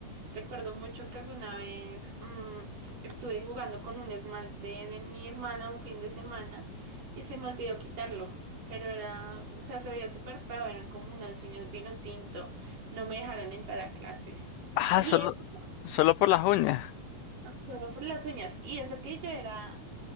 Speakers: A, on the right (about 65°); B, on the left (about 90°).
A: Recuerdo mucho que alguna vez mm, estuve jugando con un esmalte de mi hermana un fin de semana y se me olvidó quitarlo. Pero era, o sea, se veía súper feo, eran como unas uñas vino tinto. No me dejaron entrar a clases.
B: Ah,
A: Y
B: solo,
A: eso,
B: solo por las uñas.
A: solo por las uñas. Y eso que yo era.